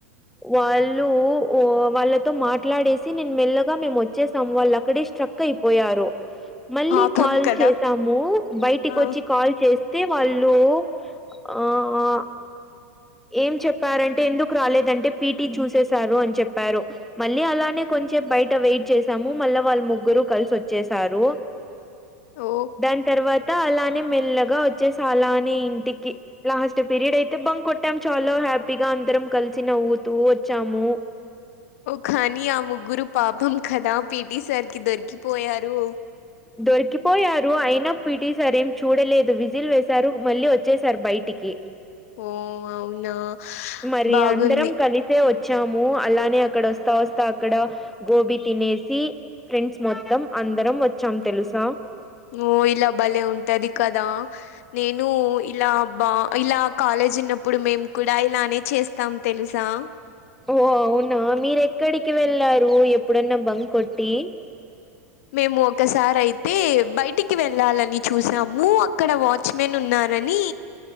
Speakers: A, in the centre; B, on the left.
A: వాళ్ళు వా వాళ్ళతో మాట్లాడేసి నేను మెల్లగా మేము వచ్చేసాం వాళ్ళు అక్కడే స్ట్రక్ అయిపోయారు మళ్ళీ
B: పాపం
A: కాల్
B: కదా
A: చేసాము బయటికి
B: ఆ,
A: వచ్చి కాల్ చేస్తే వాళ్ళు లో ఆ అ ఏం చెప్పారంటే ఎందుకు రాలేదంటే పిటి చూసేసారు అని చెప్పారు. మళ్ళీ అలానే కొంచే బయట వెయిట్ చేసాము మళ్ళా వాళ్ళ ముగ్గురు కలిసి వచ్చేసారు.
B: ఓ
A: దాని తర్వాత అలానే మెల్లగా వచ్చేస అలా ఆనే ఇంటికి లాస్ట్ పీరియడ్ అయితే బం కొట్టాము చాలా హ్యాపీగా అందరం కలిసి నవ్వుతూ వచ్చాము.
B: కానీ అ ముగ్గురము పాపం కదా పిటి సర్కి దొరికిపోయారు.
A: దొరికిపోయారు. అయన పిటీసార్ ఏం చూడలేదు విజిల్ వేశారు. మళ్ళీ వచ్చేసారు బయటికి
B: ఓ అవునా
A: మరి
B: బాగుంది
A: అందరం కలిసి వస్తే వచ్చాము అలానే అక్కడ వస్తా వస్తా అక్కడ గోబీ తినేసి ఫ్రెండ్స్ మొత్తం అందరం వచ్చాం తెలుసా
B: ఊ ఇలా బలే ఉంటది. కదా నేను ఇలా బా ఇలా కాలేజ్ ఉన్నప్పుడు మేము కూడా ఇలానే చేస్తాం తెలుసా
A: ఓ అవునా మీరూ ఎక్కడికి వెళ్ళారు ఎప్పుడన్నా బం కొట్టి
B: మేము ఒకసారి అయితే బయటికి వెళ్ళాలని చూసాము అక్కడ వాచ్ మేన్ ఉన్నారని